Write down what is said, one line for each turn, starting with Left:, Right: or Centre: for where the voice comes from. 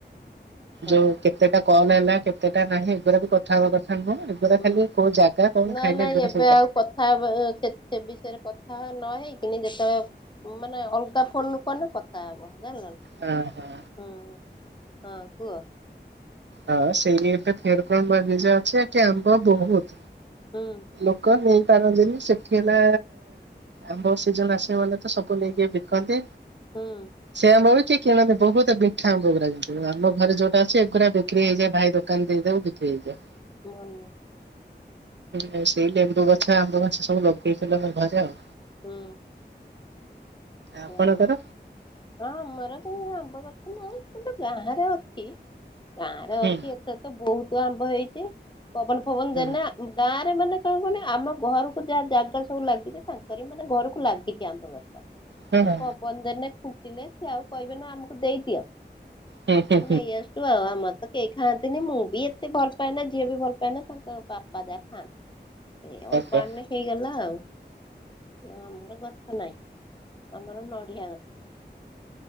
Left: ହଁ
Right: ଯୋଉ କେତେଟା କଲ ହେଲା କେତେଟା ନାହିଁ ଏଗୁରା ବି କଥା ହବା କଥା ହଁ ଏଗୁଡ଼ା
Left: ହୁଁ।
Right: ଖାଲି କୋଉ ଜାଗା
Left: ନା
Right: ଖାଇଲେ
Left: ନାଇଁ
Right: ଏଗୁରା
Left: ଏବେ
Right: ସବୁ
Left: ଆଉ କଥା ହବା ସେ ବିଷୟରେ କଥା ନ ହେଇକିନି ଯେତେବେଳେ ମାନେ ଅଲଗା ଫୋନ ରୁ କନେ କଥା ହବ। ଜନିଲା ନା
Right: ହଁ ହଁ।
Left: ହଁ। ହଁ କୁହ।
Right: ହଁ ସେଇ ଏବେ ଫେର <unintelligible> ଯେ ଅଛି ସେଠି ଆମ୍ବ ବହୁତ।
Left: ହୁଁ
Right: ଲୋକ ନେଇ ପାରନ୍ତିନି ସେଠି ହେଲା ଆମ୍ବ ସିଜିନ ଆସିବ ମାନେ ତ ସବୁ ନେଇକି ବିକନ୍ତି।
Left: ହୁଁ
Right: ସେମ ହଉଛି। କିଣନ୍ତି ବହୁତ ମିଠା ଆମ୍ବ ଗୁଡାକ ଆମ ଘରେ ଯୋଉଟା ଅଛି ଏଗୁଡ଼ା ବିକ୍ରି ହେଇଯାଏ ଭାଇ ଦୋକାନ ଦେଇଦଉ ବିକ୍ରି ହେଇଯାଏ।
Left: ମନି।
Right: ହଁ ସେଇ ଲେମ୍ବୁ ଗଛ ଯା ଆମ୍ୱ ଗଛ ସବୁ ଲଗେଇଥିଲେ ଆମ ଘରେ ଆଉ।
Left: ହୁଁ।
Right: ଆପଣଙ୍କର?
Left: ହଁ ଆମର ସେଇ ଆମ୍ବ ଗ ଗାଁ ରେ ଅଛି। ଗାଁରେ
Right: ହୁଁ
Left: ଅଛି ଏତେ ତ ବହୁ ପୁଅ ଆମ୍ବ ହେଇଛି। ପବନ ଫବନ
Right: ହୁଁ
Left: ଦେଲେ ଗାଁରେ ମାନେ କଣ କୁହନି ଆମ ଘରକୁ ଯାହା ଜାଗା ସବୁ ଲାଗିଛି ତାଙ୍କରି ମାନେ ଘରକୁ ଲାଗିଛି ଆମର ଆମ୍ବ ଗଛଟା।
Right: ହଁ
Left: ଏଇ
Right: ହଁ
Left: ପବନ ଦେନେ ଖୁଣ୍ଟି ଲେ ସେ ସିଏ ଆଉ କହିବେ ନା ଆମକୁ ଦେଇଦିଅ?
Right: ହୁଁ ହୁଁ
Left: ନେଇ ଆଶୁଚୁ ଆଉ ଆମର ତ କେହି ଖାଆନ୍ତିନି ମୁଁ ବି ଏତେ ଭଲ ପାଏ ନା ଝିଅ ବି ଭଲ ପାଏନା ତାଙ୍କ ବାପା ଯାହା ଖାଆନ୍ତି। ଏଇ ଅଳ୍ପ
Right: ଓକେ
Left: ଆଣିଲେ ହେଇଗଲା ଆଉ। ହଁ ଆମର ଗଛ ନାହିଁ। ଆମର ନଡିଆ ଗଛ।